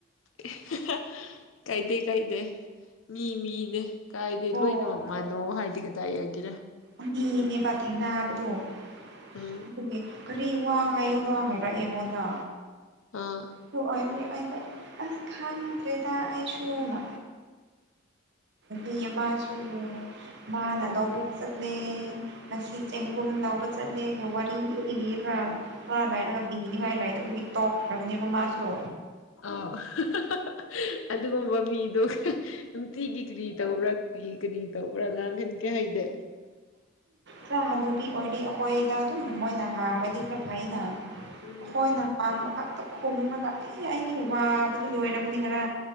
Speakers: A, on the left; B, on the right.
A: ꯑꯍꯍꯥ ꯀꯥꯏꯗꯦ ꯀꯥꯏꯗꯦ ꯃꯤ ꯃꯤꯅꯦ ꯀꯥꯏꯗꯦ
B: ꯑꯣ
A: ꯂꯣꯏꯅꯃꯛ ꯃꯥꯟꯅꯣ ꯍꯥꯏꯗꯤ ꯀꯗꯥꯏ ꯌꯥꯒꯦꯔꯥ
B: ꯑꯅꯤꯅꯦꯕ ꯊꯦꯡꯅꯥꯕꯗꯣ <unintelligible>
A: ꯎꯝ
B: ꯀꯔꯤ ꯋꯥ ꯍꯥꯏꯌꯨꯔ ꯍꯥꯏꯔꯛꯑꯦ ꯑꯩꯉꯣꯟꯗ
A: ꯑ
B: ꯇꯨ ꯑꯣꯏꯔꯗꯤ ꯑꯩꯁꯨ ꯑꯪ ꯈꯪꯗ꯭ꯔꯦꯅ ꯑꯩꯁꯨ ꯅ ꯕꯤ ꯃꯥꯁꯨ ꯃꯥꯅ ꯂꯧꯕꯨꯛ ꯆꯠꯂꯦ ꯉꯁꯤ ꯆꯦꯡꯒꯨꯝ ꯂꯥꯎꯕ ꯆꯠꯂꯦꯒꯦ ꯋꯥꯔꯤ ꯂꯤꯅꯤꯡꯉꯤꯕꯔ ꯋꯥ ꯉꯥꯏꯔꯒ ꯕꯤꯅꯤꯡꯉꯥꯏ ꯅꯥꯏꯗꯕꯒꯤ ꯇꯣꯛꯈ꯭ꯔꯕꯅꯦꯕ ꯃꯥꯁꯨ
A: ꯑ ꯍꯥꯍꯥꯍꯥ ꯑꯗꯨꯒꯨꯝꯕ ꯃꯤꯗꯣ ꯅꯨꯡꯇꯤꯒꯤ ꯀ꯭ꯔꯤ ꯇꯧꯕ꯭ꯔꯥ ꯀꯔꯤ ꯀꯔꯤ ꯇꯧꯕ꯭ꯔꯥ ꯉꯥꯡꯍꯟꯈꯦ ꯍꯥꯏꯅꯦ
B: ꯈꯔ ꯍꯅꯨꯕꯤ ꯑꯣꯏꯔꯗꯤ ꯑꯩꯈꯣꯏꯗ ꯑꯗꯨꯝ ꯃꯣꯏꯅ ꯍꯥꯡꯉꯗꯤ ꯈꯔ ꯐꯩꯅ
A: ꯎꯝ
B: ꯍꯣꯏ ꯅ ꯉꯥꯡꯕ ꯈꯇ ꯈꯣꯨꯝꯃꯒ ꯑꯦ ꯑꯩꯗꯤ ꯋꯥꯕꯗꯨ ꯂꯣꯏꯔꯕꯅꯤ ꯉꯔ